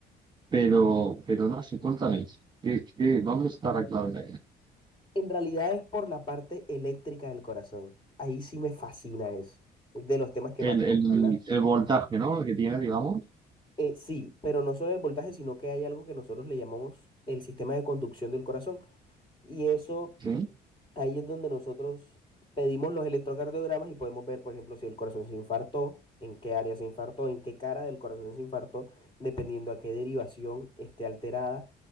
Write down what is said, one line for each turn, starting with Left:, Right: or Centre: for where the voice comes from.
Right: pero, pero no sé, cuéntame, ¿qué, qué, dónde está la clave de ahí?
Left: En realidad es por la parte eléctrica del corazón. Ahí sí me fascina eso. Es de los temas que
Right: El,
Left: más me
Right: el,
Left: gusta hablar.
Right: el voltaje, ¿no? Que tiene, digamos.
Left: Eh, sí, pero no solo el voltaje, sino que hay algo que nosotros le llamamos el sistema de conducción del corazón. Y eso,
Right: Sí.
Left: ahí es donde nosotros pedimos los electrocardiogramas y podemos ver, por ejemplo, si el corazón se infartó, en qué área se infartó, en qué cara del corazón se infartó, dependiendo a qué derivación esté alterada